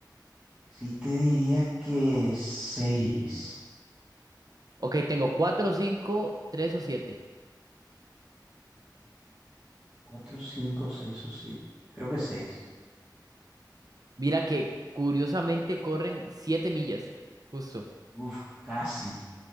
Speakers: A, on the right; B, on the right.
A: sí te diría que seis
B: Ok, tengo cuatro, cinco, tres o siete.
A: cuatro cinco seis o siete Creo que seis
B: Mira que curiosamente corren siete millas. Justo.
A: Uf, casi.